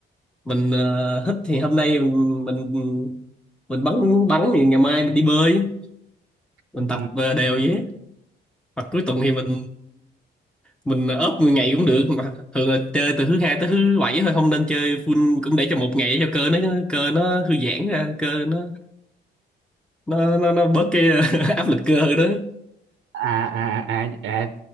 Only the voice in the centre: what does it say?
mình uh, thích thì hôm nay mình mình, mình bắn bắn thì ngày mai mình đi bơi mình
tập ờ, đều vậy á. hoặc cuối tuần thì mình mình ốp 10 ngày cũng được mà thường là chơi từ thứ hai tới thứ bảy thôi không nên chơi full cũng để cho một ngày để cho cơ nó cơ nó thư giãn ra cơ nó nó nó, nó bớt cái <laughs> áp lực cơ đó